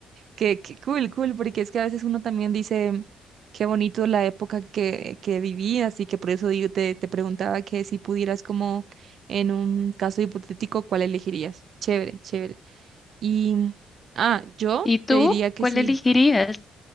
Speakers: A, on the right; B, on the left.
A: qué, qué cool, cool, porque es que a veces uno también dice qué bonito la época que, que viví, así que por eso digo, te, te preguntaba que si pudieras como en un caso hipotético, ¿cuál elegirías? Chévere, chévere. Y, mm, ah, yo
B: ¿Y tú?
A: te diría que
B: ¿Cuál
A: sí,
B: elegirías?